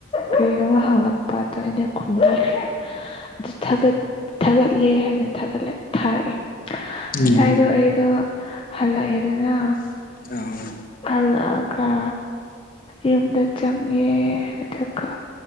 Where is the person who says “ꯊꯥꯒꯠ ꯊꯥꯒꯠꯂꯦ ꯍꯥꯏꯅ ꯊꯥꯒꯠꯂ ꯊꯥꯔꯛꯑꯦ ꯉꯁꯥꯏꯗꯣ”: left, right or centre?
Left